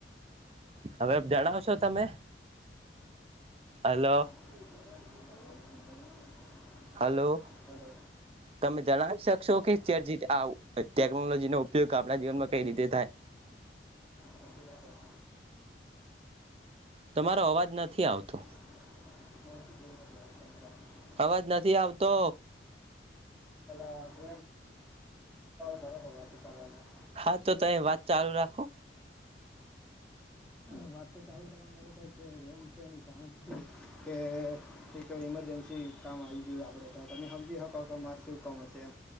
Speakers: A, on the right; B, in the centre.
A: હવે જણાવશો તમે હલો.
B: શીકક <unintelligible>
A: હાલો
B: હલો
A: તમે જણાવી શકશો કે આવ ટેકનોલોજી નો ઉપયોગ આપણા જીવનમાં કઈ રીતે થાય
B: શાંતિ રાખો
A: તમારો અવાજ નથી આવતો
B: હ બ <unintelligible>
A: અવાજ નથી આવતો.
B: કમ બરો હોવા તો કરવા.
A: હા તો ત વાત ચાલુ રાખો.
B: વાત તો ચાલુ કરવા. કઈ રેમ છે એની કારણ કે એક ઈમરજન્સી કામ આવી ગયું આપડે. તો તની હમજી હકો કઉ છે એમે.